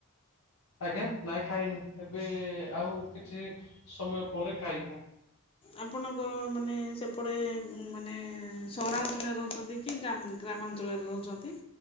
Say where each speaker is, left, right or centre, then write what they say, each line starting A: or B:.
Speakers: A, on the left; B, on the left.
A: ଆଜ୍ଞା ନାଇଁ ଖାଇନି ଏବେ ଆଉ କିଛି ସମୟ ପରେ ଖାଇବୁ।
B: ଆପଣଙ୍କ ମାନେ ସେପଟେ ମାନେ ସହରାଞ୍ଚଳରେ ରହୁଛନ୍ତି। କିନ୍ତି ଜାଣିଲ ଗ୍ରାମାଞ୍ଚଳରେ ରହୁଛନ୍ତି?